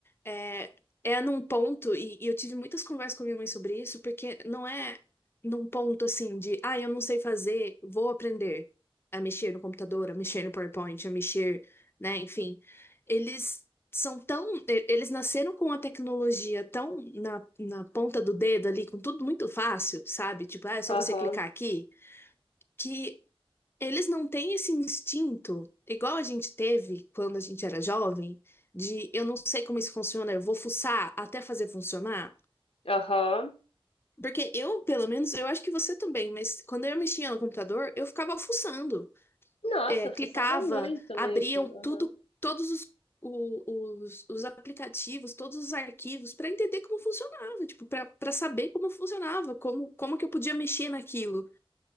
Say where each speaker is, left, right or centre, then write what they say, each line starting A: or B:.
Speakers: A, on the left (about 25°); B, on the left (about 75°).
A: é, é num ponto, e, e eu tive muitas conversas com a minha mãe sobre isso, porque não é num ponto assim de, ah, eu não sei fazer, vou aprender a mexer no computador, a mexer no PowerPoint, a mexer, né, enfim. Eles são tão, e- eles nasceram com a tecnologia tão na, na ponta do dedo ali, com tudo muito fácil, sabe? Tipo, ah, é só
B: aham,
A: você clicar aqui, que eles não têm esse instinto, igual a gente teve quando a gente era jovem, de eu não sei como isso funciona, eu vou fuçar até fazer funcionar.
B: aham.
A: Porque eu, pelo menos, eu acho que você também, mas quando eu mexia no computador, eu ficava fuçando.
B: Nossa,
A: É, clicava,
B: fuçava muito
A: abriam
B: mesmo.
A: tudo,
B: Aham,
A: todos os, o- os, os aplicativos, todos os arquivos, para entender como funcionava, tipo, para para saber como funcionava, como, como que eu podia mexer naquilo.